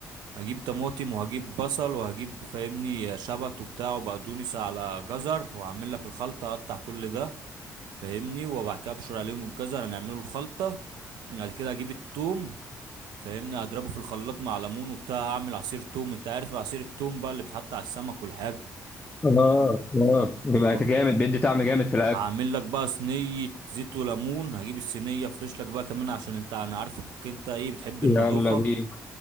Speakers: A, on the right; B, on the left.
A: هجيب طماطم وهجيب بصل وهجيب فاهمني شبت وبتاع وبقدونس على جزر وهعمل لك الخلطه اقطع كل ده فاهمني وبعد كده ابشر عليهم الجزر هنعمله الخلطه بعد كده اجيب التوم فاهمني هضربه في الخلاط مع ليمون وبتاع هعمل عصير توم انت عارف عصير التوم بقى اللي بيتحط على السمك والحاجه
B: اه اه بيبقى
A: وبقى
B: جامد بيدي طعم جامد في الاكل
A: هعمل لك بقى صينيه زيت وليمون هجيب الصينيه افرش لك بقى كمان عشان انت انا عارفك انت ايه بتحب النظافه
B: يلا بينا